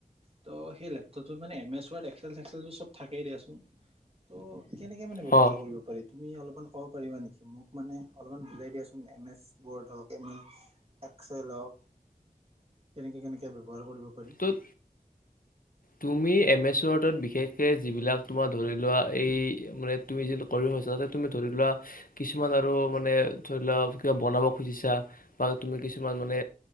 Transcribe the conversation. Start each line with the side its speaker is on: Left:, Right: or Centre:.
Right: ত' সেই লেপটপ মানে এম এছ ৱড এক্সেল চেক্সেলটো চব থাকেই দিয়াচোন ত কেনেকে মানে ব্যৱহাৰ
Left: অ
Right: কৰিব তুমি অলপমান ক'ব পাৰিবা নেকি মোক মানে অলপমান বুজাই দিয়াচোন এম এছ ব'ৰ্ড হওক এম এল এক্সল হওক কেনেকৈ কেনেকৈ ব্যৱহাৰ কৰিব পাৰি
Left: তোৰ তুমি এম এচ এম এচ ৱডত বিশেষকে যিবিলাক তোমাৰ ধৰি লোৱা এই মানে তুমি যি কৰিব খুজিছা তাতে তুমি ধৰি লোৱা কিছুমান আৰু মানে ধৰি লোৱা কিবা বনাব খুজিছা বা তুমি কিছুমান মানে